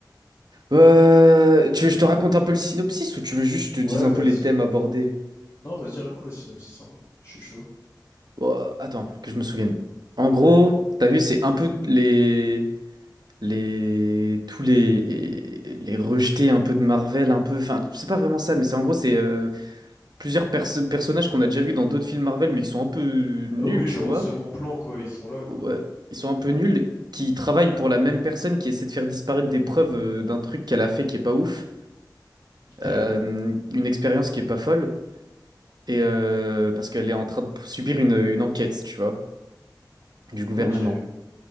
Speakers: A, on the right; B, on the left.
A: Euh, tu veux que je te raconte un peu le synopsis ou tu veux juste que
B: Ouais,
A: je te dise un
B: vas-y.
A: peu les thèmes abordés?
B: Non, vas-y, raconte le synopsis un peu. Je suis chaud.
A: Oh, attends, que je me souvienne. En gros, t'as vu, c'est un peu les, les, tous les, les rejetés un peu de Marvel, un peu, enfin, c'est pas vraiment ça, mais c'est en gros, c'est euh, plusieurs perso- personnages qu'on a déjà vus dans d'autres films Marvel, mais qui sont un peu nuls,
B: Ah oui,
A: tu
B: genre
A: vois.
B: au second plan, quoi, ils sont là, quoi.
A: Ouais, ils sont un peu nuls, qui travaillent pour la même personne, qui essaie de faire disparaître des preuves euh, d'un truc qu'elle a fait qui est pas ouf,
B: Ok,
A: euh, une expérience qui est pas folle. Et euh, parce qu'elle est en train de subir une, une enquête, tu vois, du gouvernement.
B: ok,